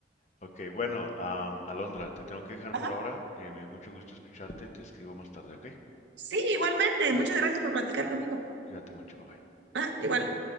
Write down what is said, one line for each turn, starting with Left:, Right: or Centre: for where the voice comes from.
Left: Ok, bueno, am, Alondra, te tengo que dejar
Right: Ajá.
Left: por ahora. Eh, me dio mucho gusto escucharte. Te escribo más tarde, ¿ok?
Right: Sí, igualmente. Muchas gracias por platicar conmigo.
Left: Cuídate mucho, bye bye.
Right: Ah, igual.